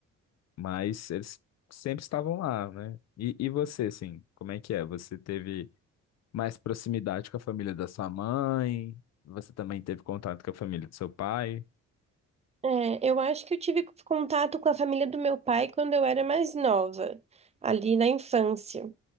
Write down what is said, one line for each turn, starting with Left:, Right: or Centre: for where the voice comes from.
Left: mas eles sempre estavam lá, né? E, e você, assim, como é que é? Você teve mais proximidade com a família da sua mãe. Você também teve contato com a família do seu pai.
Right: É, eu acho que eu tive contato com a família do meu pai quando eu era mais nova, ali na infância.